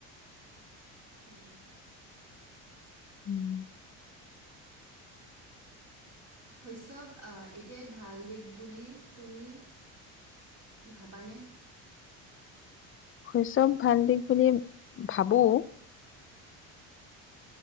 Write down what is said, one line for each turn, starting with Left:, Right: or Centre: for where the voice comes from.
Right: উম।
Left: উম।
Right: শৈস্যৱ। অ, এতিয়াই ভাল দিশ বুলি তুমি ভাবানে?
Left: শৈস্যৱ ভাল দিশ বুলি ভাবোঁ।